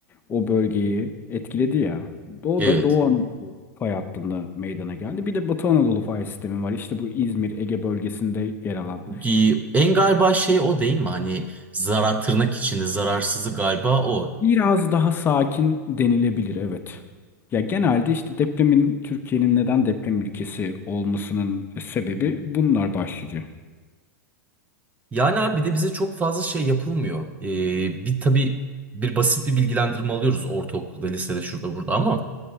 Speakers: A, on the left; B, on the right.
A: o bölgeyi etkiledi ya. O
B: Evet.
A: da Doğu Anadolu fay hattında meydana geldi. Bir de Batı Anadolu fay sistemi var. İşte bu İzmir, Ege bölgesinde yer alan.
B: Gi- En galiba şey o değil mi? Hani zarar tırnak içinde zararsızlık galiba o.
A: Biraz daha sakin denilebilir, evet. Ya genelde işte depremin Türkiye'nin neden deprem ülkesi olmasının sebebi bunlar başlıca.
B: Yani abi bir de bize çok fazla şey yapılmıyor. Ee, bir tabii bir basit bir bilgilendirme alıyoruz ortaokulda, lisede, şurada, burada ama